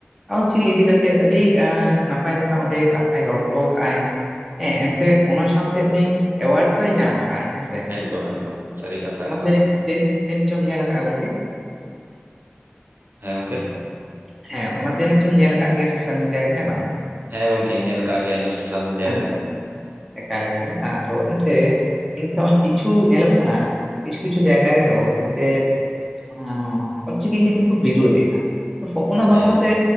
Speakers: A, in the centre; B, on the right.
A: ᱚᱞᱪᱤᱠᱤ ᱤᱫᱤ ᱠᱟᱛᱮᱫ ᱟᱹᱰᱤ ᱮ ᱱᱟᱯᱟᱭ ᱱᱟᱯᱟᱭ ᱚᱸᱰᱮ ᱠᱟᱛᱷᱟᱭ ᱨᱚᱲ ᱴᱚᱣ ᱠᱟᱜᱟᱭ ᱦᱮᱸ ᱮᱱᱛᱮ ᱚᱱᱟ ᱥᱟᱶᱛᱮ ᱩᱱᱤ ᱮᱣᱟᱨᱰ ᱦᱚᱭ ᱧᱟᱢ ᱟ ᱤᱭᱟᱹ ᱥᱮ
B: ᱮᱠᱫᱚᱢ ᱮᱠᱫᱚᱢ ᱥᱟᱹᱨᱤ ᱠᱟᱛᱷᱟ
A: ᱚᱱᱟ
B: ᱠᱟᱱᱟ
A: ᱫᱚ ᱡᱟᱹᱱᱤᱡ ᱡᱟᱹᱱᱤᱡ ᱡᱟᱹᱱᱤᱡ ᱪᱚᱢ ᱧᱮᱞ ᱟᱠᱟᱜᱼᱟ ᱜᱚᱝᱠᱮ?
B: ᱦᱮᱸ ᱜᱚᱝᱠᱮ
A: ᱦᱮᱸ ᱚᱱᱟ ᱫᱚ ᱡᱟᱹᱱᱤᱜ ᱪᱚᱢ ᱧᱮᱞ ᱟᱠᱟᱫ ᱜᱮᱭᱟ ᱥᱳᱥᱟᱞ ᱢᱤᱰᱤᱭᱟ ᱨᱮ ᱦᱮᱸ ᱵᱟᱝ?
B: ᱦᱮᱸ ᱜᱚᱝᱠᱮ ᱧᱮᱞ ᱠᱟᱜ ᱜᱤᱭᱟᱹᱧ ᱤᱧ ᱫᱚ ᱥᱳᱥᱟᱞ ᱢᱤᱰᱤᱭᱟ
A: ᱟᱪᱪᱷᱟ
B: ᱨᱮ᱾
A: ᱮᱠᱟᱞ ᱮᱠᱟᱞ ᱦᱟ ᱟᱫᱚ ᱮᱱᱛᱮ ᱤᱱᱠᱟᱹ ᱦᱚᱜᱚᱭ ᱠᱤᱪᱷᱩ ᱧᱮᱞᱚᱜ ᱠᱟᱱᱟ ᱠᱤᱪᱷᱩ ᱠᱤᱪᱷᱩ ᱡᱟᱭᱜᱟ ᱨᱮᱫᱚ ᱮᱱᱛᱮᱫ ᱚᱱᱟ ᱚᱞᱪᱤᱠᱤ ᱠᱤᱱᱛᱩ ᱠᱚ ᱵᱤᱨᱳᱫᱮᱜ-ᱟ ᱦᱚᱜᱚ ᱱᱟ ᱵᱟᱠᱷᱨᱟᱛᱮ
B: ᱦᱮᱸ